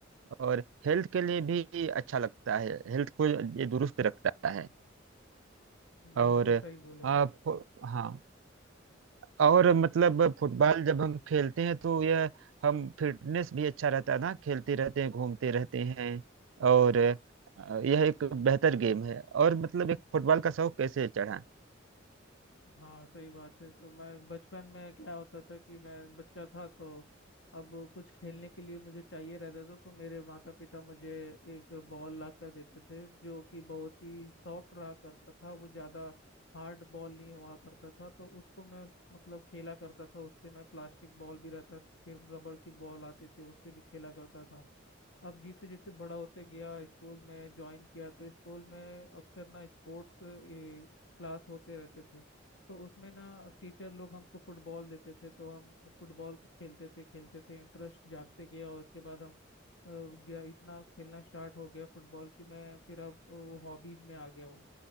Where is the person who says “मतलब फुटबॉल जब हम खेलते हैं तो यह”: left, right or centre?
Right